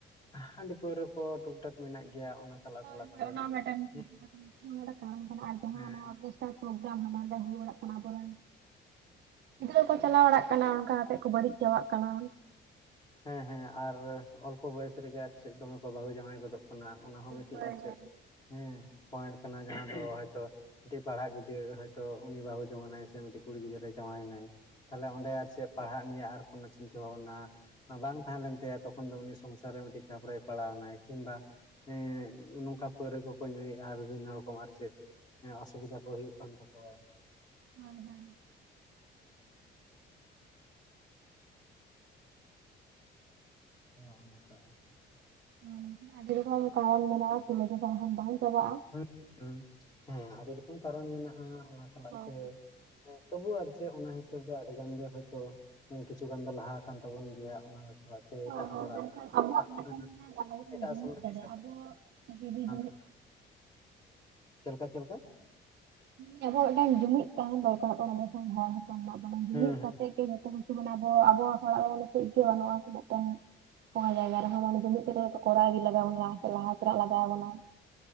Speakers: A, on the left; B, on the right.
A: ᱦᱟᱺᱰᱤ ᱯᱟᱹᱣᱨᱟᱹ ᱠᱚ ᱴᱩᱠᱴᱟᱠ ᱢᱮᱱᱟᱜ ᱜᱮᱭᱟ ᱚᱱᱟ ᱥᱟᱞᱟᱜ
B: ᱦᱳᱭ
A: ᱥᱟᱞᱟᱜ
B: ᱦᱳᱭ
A: ᱛᱮ
B: ᱚᱱᱟ ᱦᱚᱸ ᱢᱮᱴᱟᱱ <unintelligible>
A: ᱦᱮᱸ
B: ᱦᱚᱲᱮ ᱠᱟᱱᱟ ᱟᱨ
A: ᱦᱮᱸ᱾
B: ᱚᱨᱜᱮᱥᱴᱨᱟ ᱯᱨᱳᱜᱨᱟᱢ ᱦᱟᱸᱰᱮ ᱱᱟᱰᱮ ᱦᱩᱭ ᱵᱟᱲᱟᱜ ᱠᱟᱱᱟ ᱟᱵᱚᱨᱮᱱ ᱜᱤᱫᱽᱨᱟᱹ ᱠᱚ ᱪᱟᱞᱟᱣ ᱵᱟᱲᱟᱜ ᱠᱟᱱᱟ ᱚᱝᱠᱟ ᱠᱟᱛᱮᱜ ᱠᱚ ᱵᱟᱹᱲᱤᱡ ᱪᱟᱵᱟᱜ ᱠᱟᱱᱟ᱾
A: ᱦᱮᱸ ᱦᱮᱸ ᱟᱨ ᱚᱞᱯᱚ ᱵᱚᱭᱮᱥ ᱨᱮᱜᱮ ᱟᱨ ᱪᱮᱫ ᱫᱚᱢᱮ ᱠᱚ ᱵᱟᱹᱦᱩ ᱡᱟᱶᱟᱭ ᱜᱚᱫᱚᱜ ᱠᱟᱱᱟ᱾ ᱚᱱᱟ ᱦᱚᱸ ᱢᱤᱫᱴᱤᱡ
B: ᱦᱳᱭ᱾
A: ᱟᱨ
B: ᱦᱳᱭ
A: ᱪᱮᱫ ᱦᱮᱸ ᱯᱚᱭᱮᱱᱴ ᱠᱟᱱᱟ ᱡᱟᱦᱟᱸ ᱫᱚ ᱦᱚᱭᱛᱚ ᱢᱤᱫᱴᱤᱡ ᱯᱟᱲᱦᱟᱜ ᱜᱤᱫᱽᱨᱟᱹ ᱦᱚᱭᱛᱚ ᱩᱱᱤ ᱵᱟᱹᱦᱩ ᱡᱚᱝᱱᱟᱭ ᱥᱮ ᱢᱤᱫᱴᱤᱡ ᱠᱩᱲᱤ ᱜᱤᱫᱽᱨᱟᱹ ᱡᱟᱶᱟᱭᱮᱱᱟᱭ ᱛᱟᱞᱦᱮ ᱚᱸᱰᱮ ᱟᱨ ᱪᱮᱫ ᱯᱟᱲᱦᱟᱜ ᱱᱤᱭᱮ ᱟᱨ ᱠᱳᱱᱳ ᱪᱤᱱᱛᱟᱹ ᱵᱷᱟᱵᱱᱟ ᱵᱟᱝ ᱛᱟᱦᱮᱸ ᱞᱮᱱᱛᱟᱭᱟ ᱛᱚᱠᱷᱚᱱ ᱫᱚ ᱩᱱᱤ ᱥᱚᱝᱥᱟᱨ ᱨᱮ ᱢᱤᱫᱴᱤᱡ ᱪᱟᱯ ᱨᱮ ᱯᱟᱲᱟᱣ ᱮᱱᱟᱭ᱾ ᱠᱤᱢᱵᱟ ᱮᱸᱜ ᱱᱚᱝᱠᱟ ᱯᱟᱹᱣᱨᱟᱹ ᱠᱚᱠᱚ ᱧᱩᱭᱮᱜ-ᱟ ᱵᱤᱵᱷᱤᱱᱱᱚ ᱨᱚᱠᱚᱢ ᱟᱨ ᱪᱮᱫ᱾ ᱦᱮᱸ, ᱚᱥᱩᱵᱤᱫᱟ ᱠᱚ ᱦᱩᱭᱩᱜ ᱠᱟᱱ ᱛᱟᱠᱚᱣᱟ᱾
B: ᱦᱳᱭ ᱦᱳᱭ᱾
A: ᱦᱚᱜ ᱱᱚᱝᱠᱟ ᱟᱨ ᱪᱮᱫ
B: ᱦᱮᱸ ᱟᱹᱰᱤ ᱨᱚᱠᱚᱢ ᱠᱟᱨᱚᱱ ᱢᱮᱱᱟᱜᱼᱟ ᱨᱤᱞᱟ. ᱡᱚᱠᱷᱟ ᱞᱮᱠᱷᱟᱱ ᱵᱟᱝ ᱪᱟᱵᱟᱜᱼᱟ
A: ᱦᱮᱸ ᱦᱮᱸ ᱟᱹᱰᱤ ᱨᱚᱠᱚᱢ ᱠᱟᱨᱚᱢ ᱢᱮᱱᱟᱜᱼᱟ ᱚᱱᱟ ᱥᱟᱞᱟᱜ
B: ᱦᱳᱭ
A: ᱛᱮ ᱦᱮᱸ ᱛᱚᱵᱩ ᱟᱨ ᱪᱮᱫ ᱚᱱᱟ ᱦᱤᱥᱟᱹᱵ ᱫᱚ ᱟᱹᱰᱤ ᱜᱟᱱ ᱜᱮ ᱦᱚᱭᱛᱚ ᱠᱤᱪᱷᱩ ᱜᱟᱱ ᱫᱚ ᱞᱟᱦᱟ ᱠᱟᱱᱟ ᱛᱟᱵᱚᱱ ᱜᱮᱭᱟ ᱚᱱᱟ ᱛᱮᱜᱮ
B: ᱦᱳᱭ᱾
A: ᱮᱴᱟᱜ
B: ᱦᱳᱭ
A: ᱦᱚᱲᱟᱜ
B: ᱦᱳᱭ ᱢᱮᱱᱠᱷᱟᱱ ᱟᱵᱚᱣᱟᱜ
A: ᱮᱴᱟᱜ
B: ᱢᱤᱫᱴᱮᱱ ᱵᱟᱵᱚᱱ
A: ᱮᱴᱟᱜ
B: ᱡᱩᱢᱤᱫ
A: ᱥᱚᱢᱟᱡᱽ
B: ᱫᱟᱲᱮ ᱟᱵᱚ ᱡᱩᱫᱤ ᱡᱩᱢᱤᱫ
A: <inaudible> ᱪᱮᱫ ᱞᱮᱠᱟ ᱪᱮᱫ ᱞᱮᱠᱟ
B: ᱦᱮᱸ ᱟᱵᱚ ᱢᱤᱫᱴᱟᱝ ᱡᱩᱢᱤᱫ ᱛᱟᱦᱮᱱ ᱫᱚᱨᱠᱟᱨᱚᱜ ᱠᱟᱱᱟ <inaudible> ᱡᱩᱢᱤᱫ
A: ᱦᱩᱸ ᱦᱩᱸ
B: ᱪᱮᱫ ᱜᱮ ᱡᱚᱛᱚ ᱠᱤᱪᱷᱩ ᱢᱟᱱᱮ ᱟᱵᱚ ᱟᱵᱚ ᱦᱚᱲᱟᱜ ᱫᱚ ᱵᱚᱞᱮ ᱪᱮᱫ ᱜᱮ ᱵᱟᱝ. ᱱᱩᱜ ᱟᱥᱮ ᱢᱮᱫᱴᱮᱱ ᱚᱱᱟ ᱡᱟᱭᱜᱟ ᱨᱮᱦᱚ ᱢᱟᱱᱮ ᱡᱩᱢᱤᱫ ᱠᱟᱛᱮ ᱡᱷᱚᱛᱚ ᱠᱚᱨᱟᱣ ᱜᱮ ᱞᱟᱜᱟᱣ ᱵᱚᱱᱟ ᱞᱟᱦᱟ ᱥᱮᱱᱚᱜ ᱞᱟᱜᱟᱣ ᱵᱚᱱᱟ